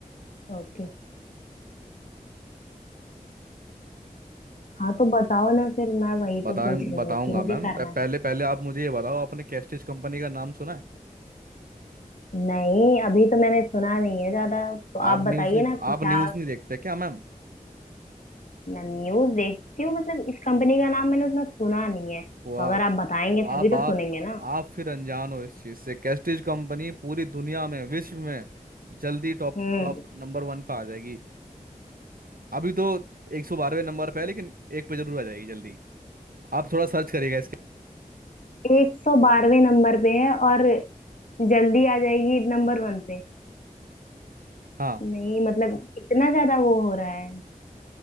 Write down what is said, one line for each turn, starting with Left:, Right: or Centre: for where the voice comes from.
Left: ओके हाँ तो बताओ ना फिर मैं वही
Right: बताए
Left: तो पूछ रही
Right: बताऊंगा
Left: हूँ कि मुझे
Right: मैम
Left: करना
Right: प-
Left: है
Right: पहले पहले आप मुझे ये बताओ आपने कैस्टिज कंपनी का नाम सुना है
Left: नहीं अभी तो मैंने सुना नहीं है ज्यादा तो आप
Right: आप न्यूज़
Left: बताइए
Right: नहीं
Left: ना कि
Right: आप
Left: क्या
Right: न्यूज़ नहीं देखते क्या मैम
Left: मैं न्यूज देखती हूँ मतलब इस कंपनी का नाम मैंने उतना सुना नहीं है तो
Right: वो आप
Left: अगर आप बताएंगे
Right: आप
Left: तभी
Right: आप
Left: तो सुनेंगे ना
Right: आप फिर अनजान हो इस चीज़ से कैस्टिज कंपनी पूरी दुनिया में विश्व में जल्दी टॉप
Left: हम्म
Right: टॉप नंबर वन पे आ जाएगी अभी तो एक सौ बारहवें नंबर पे है लेकिन एक पे जरूर आ जाएगी जल्दी आप थोड़ा सर्च करिएगा इसके
Left: एक सौ बारहवें नंबर पे है और जल्दी आ जाएगी नंबर वन पे
Right: हाँ
Left: नहीं मतलब इतना ज्यादा वो हो रहा है